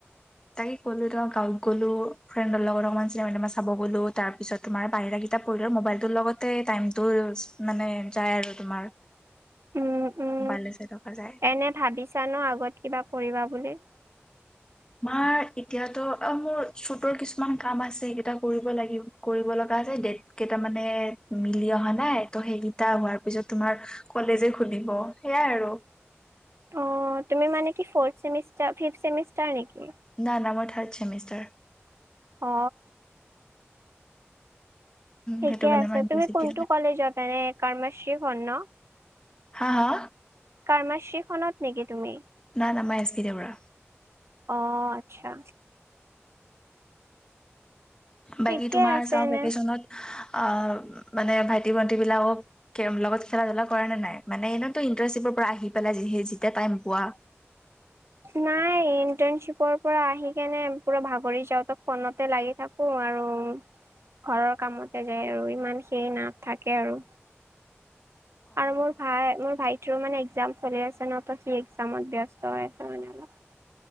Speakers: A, on the left; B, on the right.
A: তাকে ক'লো ত গাঁৱত গ'লো ফ্ৰেণ্ডৰ লগত অকণ মান চিনেমা চাব গ'লো, তাৰপিছত- তোমাৰ বাহিৰা কিতাপ পঢ়িলে মোবাইলটোৰ লগতে টাইমটো মানে যায় আৰু তোমাৰ
B: উম উম
A: বালশে থকা যায়।
B: এনে ভাবিছা ন আগত কিবা কৰিবা বুলি।
A: মাৰ এতিয়াতো মোৰ চতৰ কিছুমান কাম আছে সেইকেইটা কৰিব লাগিব। কৰিব লগা আছে দেট কেইটা মানে মিলি অহা নাই ত' সেইকেইটা হোৱাৰ পিছত তোমাৰ- কলেজে খুলিব, সেইয়া আৰু।
B: অ, তুমি মানে কি ফউৰ্থ ছেমিষ্টাৰ, ফিফ ছেমিষ্টাৰ নেকি?
A: না-না মই থাৰ্ড ছেমিষ্টাৰ।
B: অ ঠিকে
A: সেইটো কাৰণে
B: আছে।
A: মই ইউনিভাৰ্চিটি
B: তুমি কোনটো কলেজত এনে কাৰ্মাশ্ৰী কৰ্ণ?
A: হা হা?
B: কাৰ্মাশ্ৰীখনত নেকি তুমি?
A: না না, মই এছ চি দেউৰা।
B: অ' আচ্ছা।
A: বাকী
B: ঠিকে
A: তোমাৰ
B: আছে
A: চাওঁ
B: এনে
A: ভেকেশচনত আহ' মানে ভাইটি-ভণ্টি বিলাকক তেওঁ লগত খেলা-ধূলা কৰা নে নাই, মানে এনেইতো ইণ্টাৰশ্বিপৰ পৰা আহি পেলাই যি যেতিয়া টাইম পোৱা
B: নাই ইণ্টাৰ্ণশ্বিপৰ পৰা আহি কেনে পুৰা ভাগৰি যাওঁ, ত ফনতে লাগি থাকো। অ' আৰু ঘৰৰ কামতে যায় আৰু ইমান সেই নাথাকে আৰু।
A: অ সেইটোৱে
B: আৰু মোৰ ভাই মোৰ ভাইটিৰো মানে এক্সাম চলি আছে ন, ত সি এক্সামত ব্যস্ত হৈ আছে মানে অলপ।